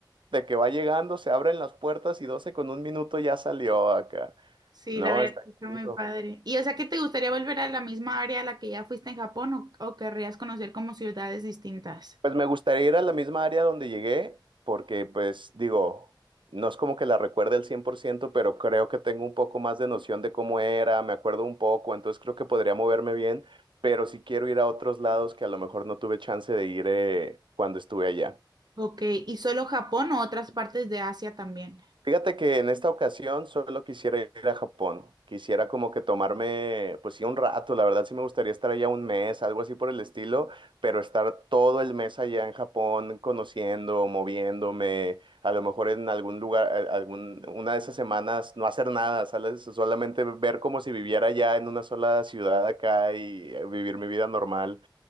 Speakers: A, on the right; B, on the right.
A: de que va llegando, se abren las puertas y 12 con un minuto ya salió acá.
B: Sí,
A: No,
B: la verdad,
A: está... aquí.
B: que está muy padre. Y o sea, ¿que te gustaría volver a la misma área a la que ya fuiste en Japón o, o querrías conocer como ciudades distintas?
A: Pues me gustaría ir a la misma área donde llegué, porque pues digo, no es como que la recuerde al 100%, pero creo que tengo un poco más de noción de cómo era, me acuerdo un poco, entonces creo que podría moverme bien, pero sí quiero ir a otros lados que a lo mejor no tuve chance de ir eh, cuando estuve allá.
B: Ok, ¿y solo Japón o otras partes de Asia también?
A: Fíjate que en esta ocasión solo quisiera ir a Japón. Quisiera como que tomarme, pues sí, un rato. La verdad sí me gustaría estar allá un mes, algo así por el estilo, pero estar todo el mes allá en Japón, conociendo, moviéndome, a lo mejor en algún lugar, eh, algún, una de esas semanas no hacer nada, ¿sabes? Solamente ver como si viviera allá en una sola ciudad acá y eh, vivir mi vida normal.